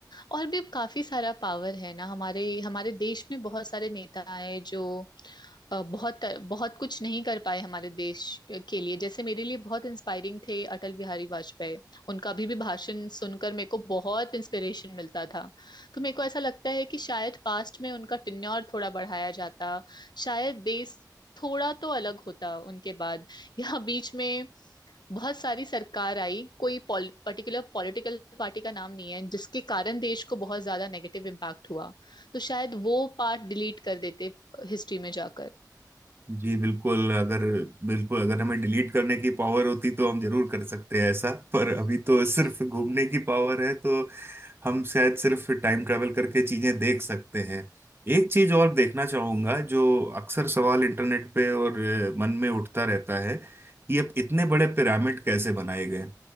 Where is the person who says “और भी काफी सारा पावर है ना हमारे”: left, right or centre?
Left